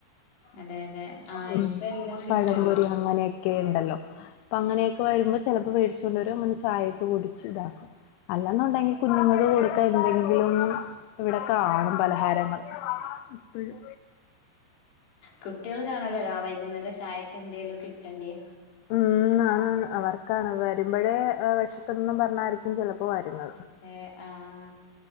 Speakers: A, on the left (about 65°); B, on the left (about 85°).
A: അതെ അതെ ആഹ്
B: മ്
A: ഇപ്പ എല്ലാം കിട്ടുവല്ലോ
B: പഴംപൊരി അങ്ങനെക് ക്കെ ഇണ്ടല്ലോ അപ്പ അങ്ങനെയൊക്കെ വരുമ്പോ ചെലപ്പോ വേടിച്ചൊണ്ട് വരും അങ്ങനെ ചായായിട്ട് കുടിച്ച് ഇതാക്കും. അല്ലാന്നുണ്ടെങ്കി കുഞ്ഞുങ്ങക്ക്‌ കൊടു ക്കെ എന്തെങ്കിലും ഇവിടെ കാണും പലഹാരങ്ങൾ എപ്പഴും.
A: കുട്ടികള് കാണല്ലോ രാ വൈകുന്നേരം ചായക്ക് എന്തേലും കിട്ടണ്ടേ.
B: ഉം <unintelligible> അവർക്കാണ് വരുമ്പഴേ വെശക്കുംന്ന് പറഞ്ഞാ ക്കും ചെലപ്പോ വരുന്ന
A: അതെ ആഹ്